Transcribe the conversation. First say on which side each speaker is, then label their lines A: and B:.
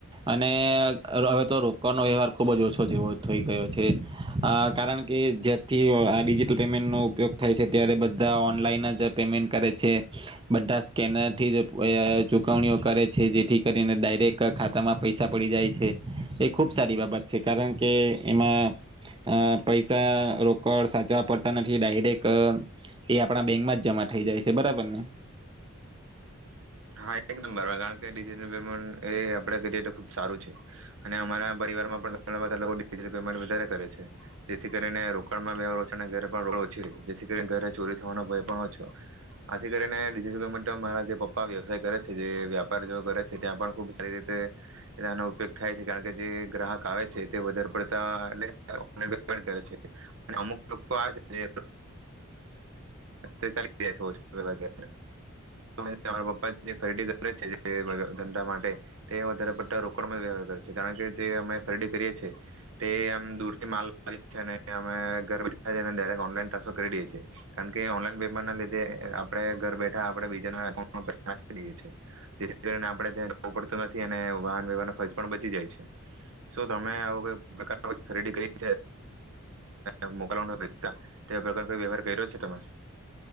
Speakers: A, on the right; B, on the right.
A: અને હવે તો રોકડનો વ્યવહાર ખુબ જ ઓછો જેવો થઈ ગયો છે કારણ કે જે્યારથી ડિજિટલ પેમેન્ટનોો ઉપયોગ થાય છે ત્યારે બધા ઓનલાઈન જ પેમેન્ટ કરે છે બધા સ્કેનર ચુકવણીઓ કરે છે જેથી કરીને ડાયરેક્ટ ખાતામાં પૈસા પડી જાય છે એ ખુબ સારી બાબત છે કારણ કે એમાં પૈસા રોકડ સાચવા પડતા નથી ડાયરેક્ટ એ આપણા બેંકમાં જ જમા થઈ જાય છે બરાબર ને.
B: હા કારણ કેટલ પેમેન્ટ એ આપડે કરીએ તો ખુબ સારું છે અને અમારા પરિવારમાં પણ ઘાન્ટ વધ કરે છે જેથી કરીને રોકડમાં ઘો ઓછી જેથી કરી ઘરે ચોરી થવાનો ભય પણ ઓછો આથી કરીને પેમેન્ટરા જે વ્યવસાય કરે છે જે વ્યાપાર જે કરે છે ત્યાં પણ ખુબ સારી રીતેનો ઉપયોગ થાય છે કારણ કે જે ગ્રાહક આવે છે તે વધારે પડતા એટે છે અમુક લોકો આવે છેે જાય છે. ્ જે ખરીદી કરે છે ધંધા માટે તે વધારે પડતા રોકડ વ્યવહાર કરે છે કારણ કે જે અમે ખરીદી કરીએ છેએ તે આમ દૂર થી માલ અને અ ઘાક ઓનલાન ટ્રાન્સફર કરી દેએ છીએ કારણ કે ઓનલાઈન પેમેન્ટ ના લીધે આપણે ઘર બેઠા આપ બીજાના. નાખી દએ છી જેથી કરીને આપણે ત્યાં જવું પડતું નથી અને વાહન વ્યવહાર ન ખર્ચ પણ બચી જાય છે શ તમે આવ કોઈ પ્રકાર ખરીદી કરી છે એ મોકલવા હો પૈસા તે પ્રકારનો કોઈ વ્યવહાર કર્યો છે તમે.